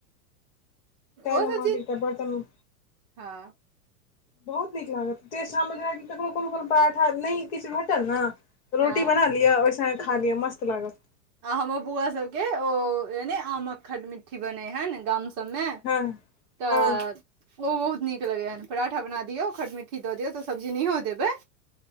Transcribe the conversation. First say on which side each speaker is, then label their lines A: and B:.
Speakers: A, on the left; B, on the right.
A: कायल
B: ओ
A: हमर
B: सब चीज
A: <unintelligible> बेटा बड तंग
B: हँ
A: बहुत नीक लागत शाम ककरनो कोनो कोनो पाठा नहि किछु भेटल न
B: हँ
A: रोटी बना लियो ओहि संगे खा लिअ मस्त लागत
B: आ हमर बौआ सब के ओ नहि आमक खट मिट्ठी बने हेन गाम सब मे
A: हँ
B: तऽ
A: हँ
B: ओ बहुत नीक लगै हन पराठा बना दियौ खट मिट्ठी दऽ दियौ तऽ सब्जी नहियओ देबै